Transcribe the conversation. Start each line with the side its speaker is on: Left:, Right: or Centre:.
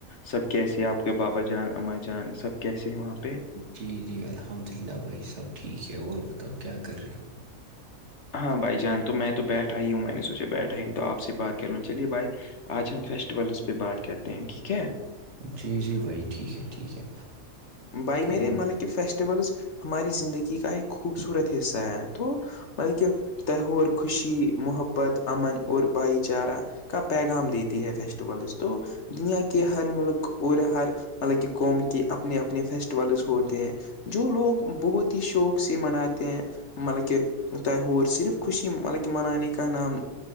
Left: سب کیسے ہیں آپ کے بابا جان اما جان سب کیسے ہیں وہاں پہ
Right: جی جی الحمد للہ بھائی سب ٹھیک ہے اور بتاؤ کیا کر رہے ہو
Left: ہاں بھائی جان تو میں تو بیٹھا ہی ہوں میں نے سوچا بیٹھا ہی ہوں تو آپ سے بات کر لوں چلیے بھائی آج ہم فیسٹیولس پہ بات کرتے ہیں ٹھیک ہے
Right: جی جی وہی ٹھیک ہے ٹھیک ہے
Left: بھائی
Right: تو
Left: میرے مطلب کہ فیسٹیولز ہماری زندگی کا ایک خوبصورت حصہ ہے تو مطل کہ تہہور خوشی محبت امن اور بھائی چارہ کا پیغام دیتی ہے فیسٹیولز تو دنیا کے ہر ملک اور ہر مطلب کی قوم کے اپنے اپنے فیسٹیولز ہوتے ہیں جو لوگ بہت ہی شوق سے مناتے ہیں مطلب کہ تو ہوور صرف خوشی مطلب کہ منانے کا نام